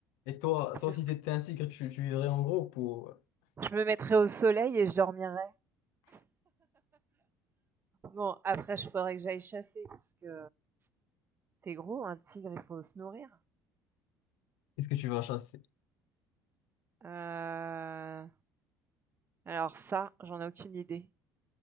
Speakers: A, on the left (about 75°); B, on the right (about 30°).
A: et toi, toi,
B: C'est
A: si
B: ce que-
A: t'étais un tigre, tu, tu vivrais en groupe ou
B: Je me mettrais au soleil et je dormirais. Bon, après, je faudrait que j'aille chasser parce que c'est gros, un tigre, il faut se nourrir.
A: est-ce que tu vas chasser?
B: Euh, Alors ça, j'en ai aucune idée.